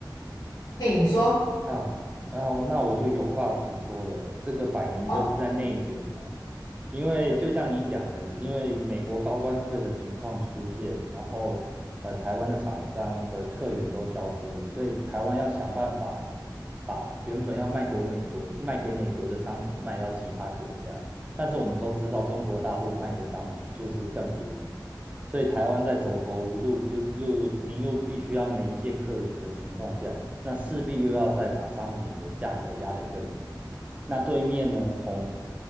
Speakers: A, on the left; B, on the right.
A: 嘿，你说，
B: 啊，然后那我就有话直说了，这个摆明就是在内卷呐、
A: 好，
B: 因为就像你讲的，因为美国高关税的情况出现，然后呃，台湾的厂商的客源都消失了，所以台湾要想办法把原本要卖国美国卖给美国的商品卖到其他国家，但是我们都知道中国大陆卖的商品就是更便宜，所以台湾在走投无路，就又您又必须要媒介客源的情况下。那势必又要再把商品的价格压得更低。那对面呢，恐